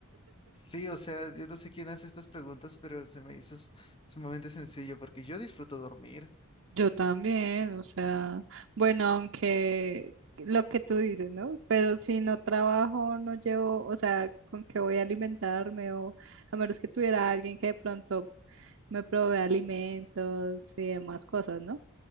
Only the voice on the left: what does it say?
Sí, o sea, yo no sé quién hace estas preguntas, pero se me hizo s- sumamente sencillo porque yo disfruto dormir.